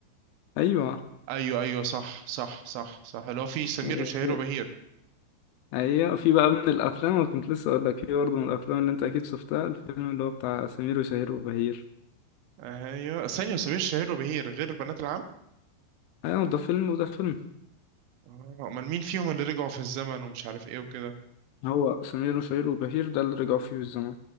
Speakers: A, on the left; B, on the right.
A: ايوه
B: ايوه ايوه صح صح صح صح اللي هو في سمير
A: وفي
B: وشهير وبهير
A: ايوه في بقى من الافلام وكنت لسه اقول لك في برضه من الافلام اللي انت اكيد شفتها الفيلم اللي هو بتاع سمير وشهير وبهير
B: ايوه ثانيه سمير وشهير وبهير غير بنات العم
A: ايوه ده فيلم وده فيلم
B: اه امال مين فيهم اللي رجعوا في الزمن ومش عارف ايه وكده
A: هو سمير وشهير وبهير ده اللي رجعوا فيه الزمن